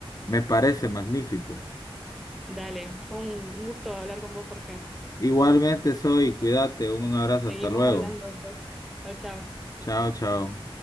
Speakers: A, on the left (about 40°); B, in the centre.
A: Me parece magnífico.
B: Dale, fue un un gusto hablar con vos, Jorge.
A: Igualmente soy, cuídate, un abrazo,
B: Seguimos
A: hasta luego.
B: hablando después. Chao, chao.
A: Chao, chao.